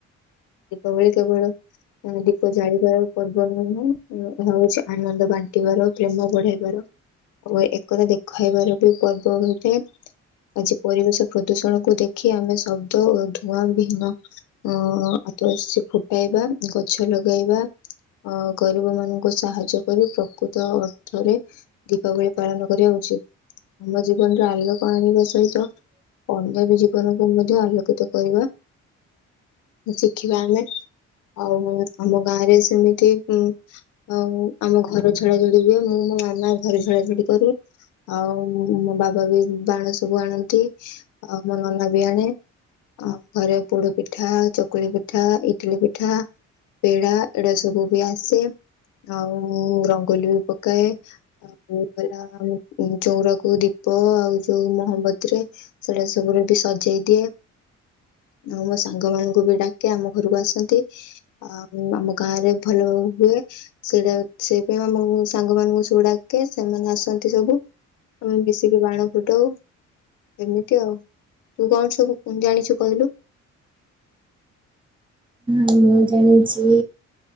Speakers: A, on the left (about 75°); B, on the right (about 15°).
A: ଦୀପାବଳି କେବଳ ଦୀପ ଜାଳିବାର ପର୍ବ ନୁହଁ ଏହାଉଛି ଆନନ୍ଦ ବାଣ୍ଟିବାର ପ୍ରେମ ବଢେଇବାର ଓ ଏକତା ଦେଖାଇବାର ବି ପର୍ବ ହୋଇଥାଏ ଆଜି ପରିବେଶ ପ୍ରଦୂଷଣକୁୁ ଦେଖି ଆମେ ଶବ୍ଦ ଓ ଧୂଆଁ ବିହୀନ ଅ ଆତ ସେ ଫୁଟାଇବା ଗଛ ଲଗେଇବା ଅ ଗରିବ ମାନଙ୍କ ସାହାଯ୍ୟ କରି ପ୍ରକୃତ ଅର୍ଥରେ ଦୀପାବଳି ପାଳନ କରିବା ଉଚିତ। ଆମ ଜୀବନରେ ଆଲୋକ ଆଣିବା ସହିତ ଅନ୍ୟ ବି ଜୀବନକୁ ମଧ୍ୟ ଆଲୋକିତ କରିବା ଶିଖିବା ଆମେ ଆଉ ଆମ ଗାଁରେ ସେମିତି ଉ ଆଉ ଆମ ଘର ଝଡଝଡି ବି ହୁଏ ମୁଁ ମୋ ମାମା ଘରେ ଝଡାଝଡି କରୁ ଆଉ ମୋ ବାବା ବି ବାଣ ସବୁ ଆଣନ୍ତି ଆଉ ମୋ ନନା ବି ଆଣେ। ଆ ଘରେ ପୋଡ ପିଠା, ଚକୁଳି ପିଠା, ଇଟଲି, ପିଠା ପେଡା ଏଡା ସବୁ ବି ଆସେ ଆଉ ମୁଁ ରଙ୍ଗୋଲି ବି ପକାଏ। ଆଉ ଗଲାମ ଚଉରାକୁ ଦୀପ ଆଉ ଯୋଉ ମୋହମ୍ ଵତିରେ ସେଇଟା ସବୁରେ ଏମତି ସଜେଇ ଦିଏ। ମୁଁ ମୋ ସାଙ୍ଗ ମାନଙ୍କୁ ବି ଡାକେ ଆମ ଘରକୁ ଆସନ୍ତି। ଆଉ ଆମ ଗାଁ ରେ ଭଲ ହୁଏ। ସେଇଟା ସେଇପାଇକା ମୁଁ ସାଙ୍ଗ ମାନଙ୍କୁ ସବୁ ଡାକେ ସେମାନେ ଆସନ୍ତି ସବୁ। ଆମେ ମିଶିକି ବାଣ ଫୁଟାଉ। ଏମିତି ଆଉ ତୁ କଣ ସବୁ ଜାଣିଛୁ କହିଲୁ?
B: ହଁ ମୁଁ ଜାଣିଛି